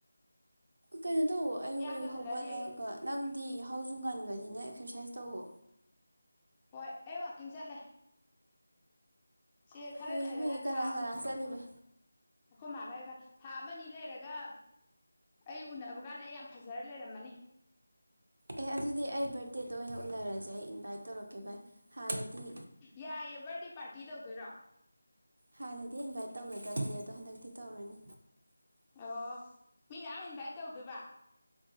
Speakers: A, on the right; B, on the left.
A: ꯀꯩꯅꯣ ꯇꯧꯋ ꯑꯌꯨꯛ
B: ꯏꯌꯥꯡ
A: ꯑꯌꯨꯛ
B: ꯀꯪꯈꯠꯂꯅꯤ
A: ꯍꯧꯒꯠꯂꯒ
B: ꯑꯩ
A: ꯅꯪꯗꯤ ꯏꯍꯥꯎꯁꯨ ꯉꯟꯕꯅꯤꯅ ꯑꯦꯛꯁꯔꯁꯥꯏꯁ ꯇꯧꯋꯣ
B: ꯍꯣꯏ ꯑꯩ ꯋꯥꯀꯤꯡ ꯆꯠꯂꯦ ꯁꯦ ꯈꯔ
A: ꯐꯩ
B: ꯂꯩꯔꯒ
A: ꯐꯩ ꯀꯅꯥ
B: ꯊꯥ ꯑꯃꯨꯛ
A: ꯀꯅꯥ ꯆꯠꯂꯤꯕ
B: ꯍꯣꯏ ꯃꯥꯒꯒ ꯊꯥ ꯑꯃ ꯂꯩꯔꯒ ꯑꯩ ꯎꯅꯕ ꯀꯥꯟꯗ ꯑꯩ ꯌꯥꯝ ꯐꯖꯔ ꯂꯩꯔꯝꯃꯅꯤ
A: ꯑꯦ ꯑꯗꯨꯗꯤ ꯑꯩ ꯕꯥꯔꯠꯗꯦꯗ ꯑꯣꯏꯅ ꯎꯅꯔꯁꯦ ꯑꯩ ꯏꯟꯚꯥꯏꯠ ꯇꯧꯔꯛꯀꯦ ꯚꯥꯏ ꯍꯥꯟꯅꯗꯤ
B: ꯌꯥꯏꯌꯦꯦ ꯕꯥꯔꯗꯦ ꯄꯥꯔꯇꯤ ꯇꯧꯗꯣꯏꯔꯣ
A: ꯍꯥꯟꯅꯗꯤ ꯏꯟꯚꯥꯏꯠ ꯇꯧꯅꯗꯕꯅꯦ ꯑꯗꯣ ꯍꯟꯗꯛꯇꯤ ꯇꯧꯔꯅꯤ
B: ꯑꯣ ꯃꯤ ꯃꯌꯥꯝ ꯏꯟꯚꯥꯏ ꯇꯧꯗꯣꯏꯕ